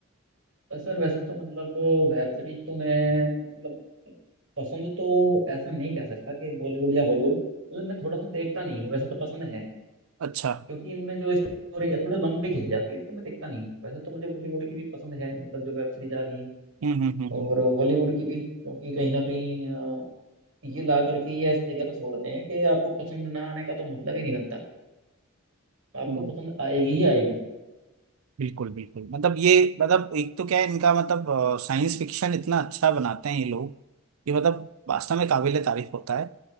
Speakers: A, on the right (about 65°); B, on the right (about 80°).
A: सर वैसे तो मतलब वेब सीरीज तो मैं मतलब पसंद तो ऐसा नहीं कह सकता कि बॉलीवुड या हॉलीवुड मतलब मैं थोड़ा सा देखता नहीं हूँ वैसे तो पसंद है
B: अच्छा
A: क्योंकि इनमें जो स्टोरी है थोड़ी लंबी खिंच जाती है इसलिए मैं देखता नहीं हूँ वैसे तो मुझे बॉलीवुड की भी पसंद है मतलब जो वेब सीरीज आ रही है
B: हम्म हम्म हम्म
A: और हॉलीवुड की भी क्योंकि कहीं ना कहीं अ, ये ला करके ये ऐसी जगह पे छोड़ते हैं कि आपको पसंद ना आने का तो मतलब ही नहीं बनता आपको
B: हम्म
A: पसंद आएगी ही आएगी
B: बिल्कुल बिल्कुल मतलब ये मतलब एक तो क्या है इनका मतलब साइंस फिक्शन इतना अच्छा बनाते हैं ये लोग कि मतलब वास्तव में काबिले तारीफ होता है